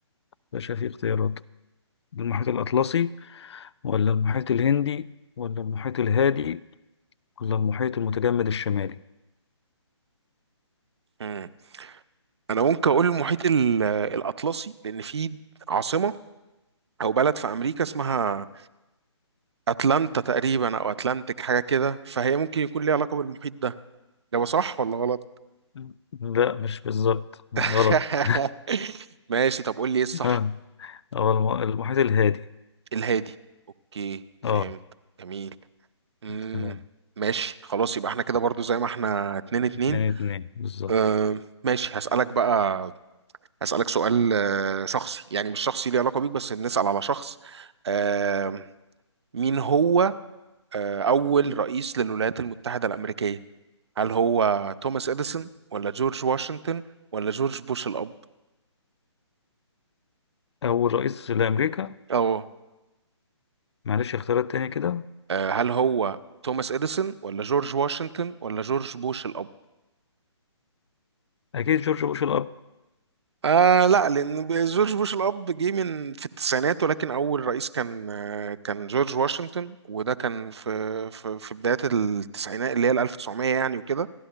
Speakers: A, on the left (about 65°); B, on the right (about 65°).
A: باشا في اختيارات المحيط الأطلسي ولا المحيط الهندي ولا المحيط الهادي ولا المحيط المتجمد الشمالي
B: امم انا ممكن اقول المحيط ال- الاطلسي لان فيه عاصمة او بلد في امريكا اسمها اتلانتا تقريبا او اتلانتيك حاجه كده فهي ممكن يكون ليها علاقه بالمحيط ده ده صح ولا غلط
A: مم. لا مش بالظبط
B: <laughs>
A: غلط
B: ماشي طب قول لي ايه الصح
A: <laughs> ها هو الم- المحيط الهادي
B: الهادي اوكي فهمت
A: اه
B: جميل امم
A: تمام
B: ماشي خلاص يبقى احنا كده برضو زي ما احنا اتنين اتنين
A: اتنين اتنين بالظبط
B: اه ماشي هسألك بقى هسألك سؤال آه، شخصي يعني مش شخصي ليه علاقة بيك بس نسأل على شخص آه، مين هو آه، أول رئيس للولايات المتحدة الأمريكية هل هو توماس اديسون ولا جورج واشنطن ولا جورج بوش الاب
A: أول رئيس لأمريكا
B: اه
A: معلش اختيارات تاني كده
B: آه، هل هو توماس اديسون ولا جورج واشنطن ولا جورج بوش الاب
A: أكيد جورج بوش الأب
B: آه لا لان ب- جورج بوش الاب جه من في التسعينات ولكن اول رئيس كان آه كان جورج واشنطن وده كان في في, في بدايه التسعينات اللي هي ال 1900 يعني وكده